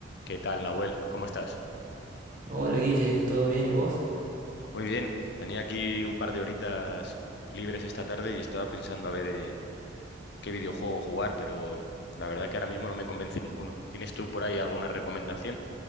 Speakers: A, on the left; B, on the right.
A: ¿Qué tal, Nahuel? ¿Cómo estás?
B: Hola Guille, ¿todo bien y vos?
A: Muy bien. Tenía aquí un par de horitas libres esta tarde y estaba pensando a ver eh, qué videojuego jugar, pero la verdad que ahora mismo no me convence ninguno. ¿Tienes tú por ahí alguna recomendación?